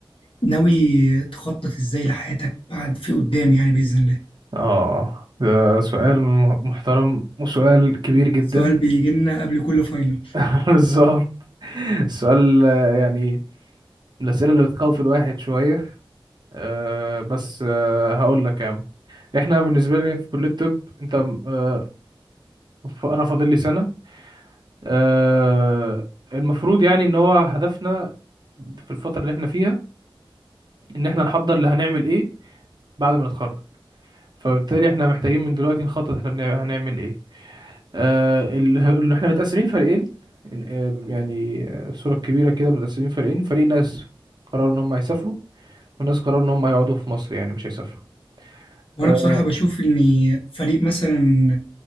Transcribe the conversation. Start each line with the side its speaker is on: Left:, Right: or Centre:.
Left: ناوي تخطط ازاي لحياتك بعد في قدام يعني باذن الله
Right: اه ده سؤال م- محترم وسؤال كبير جدا
Left: السؤال بيجي لنا قبل كل فاينل
Right: <laughs> بالظبط السؤال آه، يعني من الاسئله اللي بتخوف الواحد شويه أه بس أه هقول لك يا عم احنا بالنسبه لي في كليه الطب انت أه ف- انا فاضل لي سنه أه المفروض يعني ان هو هدفنا في الفتره اللي احنا فيها ان احنا نحضر اللي هنعمل ايه بعد ما نتخرج فبالتالي احنا محتاجين من دلوقتي نخطط احنا بنعمل- هنعمل ايه آه، ال- اللي احنا متقسمين فريقين إن- آه، يعني آه، صورة كبيرة كده متقسمين فريقين فريق ناس قرروا ان هم يسافروا وناس قرروا ان هم يقعدوا في مصر يعني مش هيسافروا
Left: وانا
Right: آه،
Left: بصراحه بشوف ان فريق مثلا